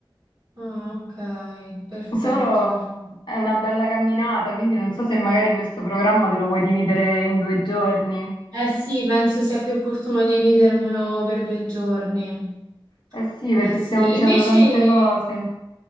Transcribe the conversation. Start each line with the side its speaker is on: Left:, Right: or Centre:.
Right: ah, ok, perfetto,
Left: Solo
Right: perfetto.
Left: è una bella camminata, quindi non so se magari questo programma te lo vuoi dividere in due giorni.
Right: Eh sì, penso sia più opportuno dividermelo per due giorni.
Left: Eh sì, perché
Right: Eh sì,
Left: stiamo dicendo
Right: invece...
Left: tante cose.